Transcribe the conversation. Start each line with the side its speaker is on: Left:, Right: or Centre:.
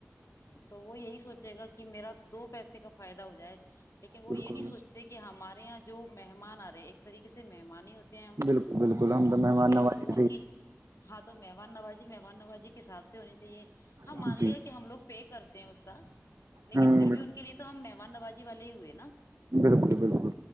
Left: تو وہ یہی سوچے گا کہ میرا دو پیسے کا فائدہ ہو جائے لیکن وہ
Right: بالکل
Left: یہ نہیں سوچتے کہ ہمارے جو مہمان آ رہے ہیں ایک طریقے سے مہمان ہی ہوتے ہیں ہم
Right: بالکل بالکل ہم تو مہمان
Left: ٹھیک ہے
Right: نوازی
Left: تو ان
Right: سے ہی
Left: کی ہاں تو مہمان نوازی مہمان نوازی کے حساب سے ہونی چاہیے ہماں
Right: ہی
Left: مان
Right: جی
Left: لیا کہ ہم لوگ پے کرتے ہیں اس کا لیکن
Right: ہوں
Left: پھر بھی ان کے لیے تو تو ہم مہمان نوازی والے ہی ہوئے نا
Right: بالکل بالکل